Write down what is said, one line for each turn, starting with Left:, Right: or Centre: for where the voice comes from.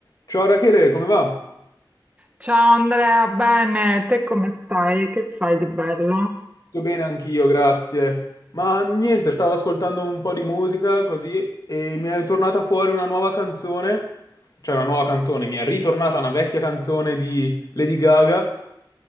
Left: Ciao Rachele, come va?
Right: Ciao Andrea, bene, te come stai? Che fai di bello?
Left: Tutto bene anch'io, grazie. Ma niente, stavo ascoltando un po' di musica così e mi è tornata fuori una nuova canzone, cioè una nuova canzone, mi è ritornata una vecchia canzone di Lady Gaga